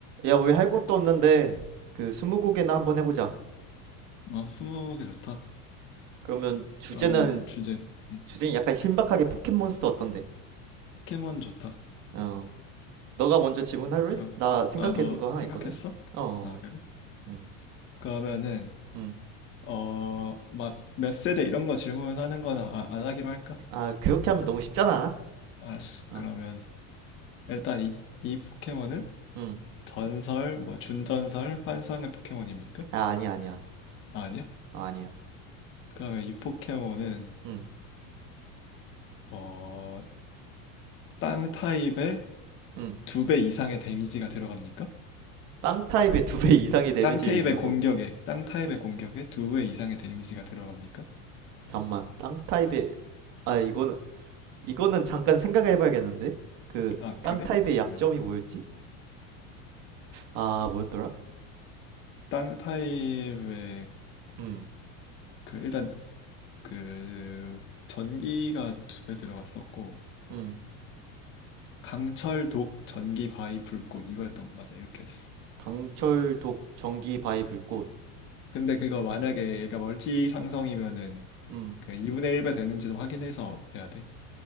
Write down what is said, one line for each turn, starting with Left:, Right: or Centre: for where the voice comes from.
Right: 야, 우리 할 것도 없는데 그 스무고개나 한번 해보자.
Left: 어, 스무 개 좋다.
Right: 그러면 주제는
Left: 그러면은 주제는 음,
Right: 주제는 약간 신박하게 포켓몬스터 어떤데?
Left: 포켓몬 좋다.
Right: 어, 너가 먼저 질문할래?
Left: 그럼
Right: 나 생각해둔
Left: 아, 너
Right: 거 하나
Left: 생각했어?
Right: 있거든. 어, 어,
Left: 아,
Right: 어.
Left: 그래?
Right: 음,
Left: 그러면은
Right: 음.
Left: 어, 막 몇 세대 이런 거 질문하는 거나 아, 안 하기로 할까?
Right: 아, 그렇게 하면 너무 쉽잖아.
Left: 알았어.
Right: 어,
Left: 그러면 일단 이, 이 포켓몬은
Right: 음.
Left: 전설, 뭐 준전설, 환상의 포켓몬입니까?
Right: 아, 아니야, 아니야.
Left: 아, 아니야?
Right: 어, 아니야.
Left: 그러면 이 포켓몬은
Right: 음,
Left: 어, 땅 타입의
Right: 음.
Left: 두 배 이상의 데미지가 들어갑니까?
Right: 땅 타입의 두 배 이상의 데미지를
Left: 땅 타입의
Right: 입냐고?
Left: 공격에, 땅 타입의 공격에 두 배 이상의 데미지가 들어갑니까?
Right: 잠만. 땅 타입의 아, 이거는 이거는 잠깐 생각해봐야겠는데? 그
Left: 아, 그래?
Right: 땅 타입의 약점이
Left: 음,
Right: 뭐였지? 아, 뭐였더라?
Left: 땅 타입의
Right: 음,
Left: 그 일단 그 전기가 두 배 들어갔었고
Right: 음.
Left: 강철 독 전기 바위 불꽃 이거였던 거 맞아 이렇게 했어.
Right: 강철독 전기 바위 불꽃.
Left: 근데 그거 만약에 얘가 멀티 상성이면은
Right: 음.
Left: 그 2분의 1배 되는지도 확인해서 해야 돼.